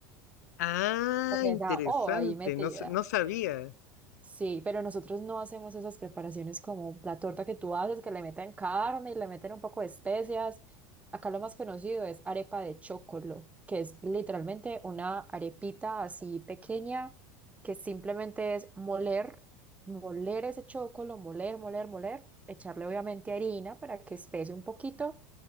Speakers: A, on the left (about 75°); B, on the right (about 15°).
A: Ah,
B: Con
A: interesante,
B: esa O ahí metida.
A: no, sa- no sabía.
B: Sí, pero nosotros no hacemos esas preparaciones como la torta que tú haces, que le meten carne y le meten un poco de especias. Acá lo más conocido es arepa de chocolo, que es literalmente una arepita así pequeña que simplemente es moler, moler ese chocolo, moler, moler, moler, echarle obviamente harina para que espese un poquito